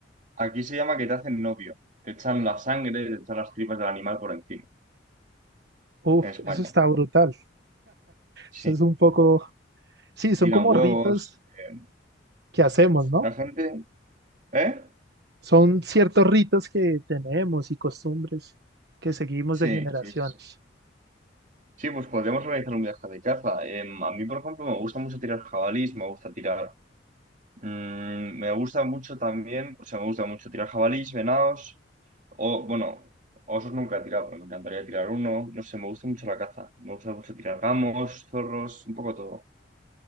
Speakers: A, on the right; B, on the right.
A: aquí se llama que te hacen novio. Te echan la sangre, te echan las tripas del animal por encima,
B: Uf,
A: en España.
B: eso está brutal.
A: Sí,
B: Eso es un poco. Sí,
A: te
B: son
A: tiran
B: como
A: huevos.
B: ritos
A: eh,
B: que hacemos, ¿no?
A: La gente ¿Eh?
B: Son ciertos ritos que tenemos y costumbres que seguimos
A: Sí,
B: de generaciones.
A: sí, sí. Sí, pues podríamos organizar un viaje de caza. Em, a mí, por ejemplo, me gusta mucho tirar jabalís, me gusta tirar. mm, me gusta mucho también, o sea, me gusta mucho tirar jabalís, venados, o bueno, osos nunca he tirado, pero me encantaría tirar uno. No sé, me gusta mucho la caza. Me gusta mucho tirar gamos, zorros, un poco todo.